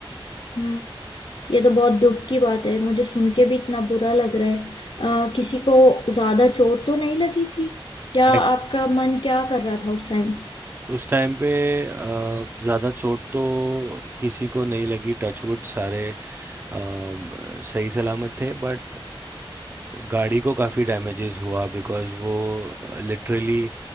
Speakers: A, on the left; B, on the right.
A: हम्म ये तो बहुत दुख की बात है मुझे सुन के भी इतना बुरा लग रहा है अ, किसी को ज्यादा चोट तो नहीं लगी थी या
B: एक्च-
A: आपका मन क्या कर रहा था उस टाइम
B: उस टाइम पे अ, ज़्यादा चोट तो किसी को नहीं लगी टचवुड सारे अम, सही सलामत थे बट गाड़ी को काफ़ी डैमेजेस हुआ बिकॉज़ वो लिटरली